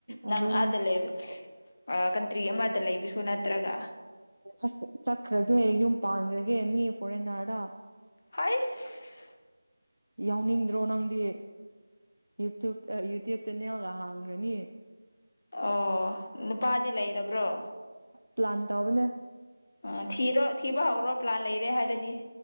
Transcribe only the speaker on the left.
ꯅꯪ
ꯑꯥꯗ ꯂꯩꯕ ꯑꯥ ꯀꯟꯇ꯭ꯔꯤ ꯑꯃꯗ ꯂꯩꯕꯁꯨ ꯅꯠꯇ꯭ꯔꯒ
ꯍꯩꯁ
ꯑꯣ ꯅꯨꯄꯥꯗꯤ ꯂꯩꯔꯕ꯭ꯔꯣ
ꯑꯥ ꯊꯤꯔꯣ ꯊꯤꯕ ꯍꯧꯔꯣ ꯄ꯭ꯂꯥꯟ ꯂꯩꯔꯦ ꯍꯥꯏꯕꯗꯤ